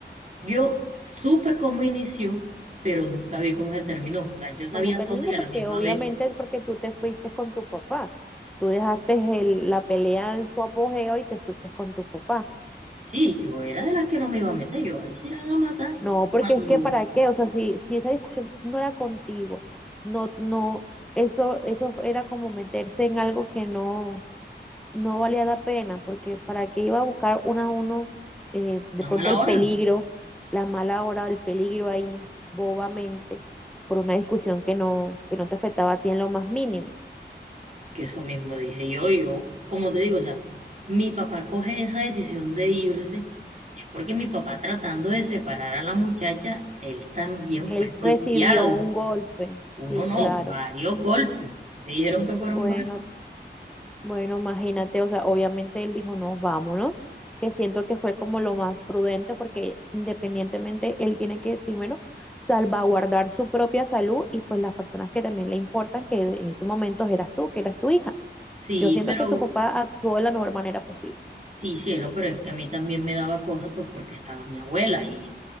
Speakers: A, on the right (about 40°); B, in the centre.
A: yo supe cómo inició, pero nunca vi cómo se terminó. O sea, yo sabía
B: como termina,
A: todo y a
B: porque
A: la misma
B: obviamente
A: vez,
B: porque tú te fuiste con tu papá, tú dejaste el- la pelea en su apogeo y te fuiste con tu papá.
A: sí, yo era de las que no me iba a meter, yo ahí se iban a matar
B: No, porque
A: cuando
B: es que para qué, o sea, si, si esa discusión no era contigo, no, no, eso, eso era como meterse en algo que no, no valía la pena, porque para qué iba a buscar uno a uno, eh, de
A: a
B: pronto
A: mala
B: el
A: hora.
B: peligro, la mala hora, el peligro ahí bobamente, por una discusión que no, que no te afectaba a ti en lo más mínimo.
A: Es que eso mismo dije yo, y yo, como te digo, o sea, mi papá coge esa decisión de irse, es porque mi papá tratando de separar a la muchacha, él también
B: Él
A: fue golpeado.
B: recibió un golpe, sí,
A: Uno no,
B: claro.
A: varios golpes. Me dijeron que fueron
B: Bueno,
A: varios.
B: Bueno, imagínate, o sea, obviamente él dijo, no, vámonos, que siento que fue como lo más prudente porque independientemente él tiene que primero salvaguardar su propia salud y pues las personas que también le importan, que en ese momento eras tú, que eras su hija.
A: Sí,
B: Yo siento
A: pero
B: que tu papá actuó de la mejor manera posible.
A: Sí, cielo, pero es que a mí también me daba cosas, pues porque estaba mi abuela y